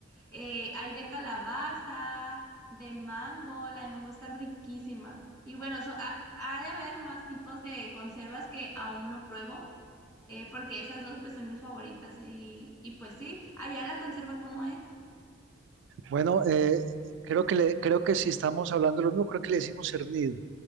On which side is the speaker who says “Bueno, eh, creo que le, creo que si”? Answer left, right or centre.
Right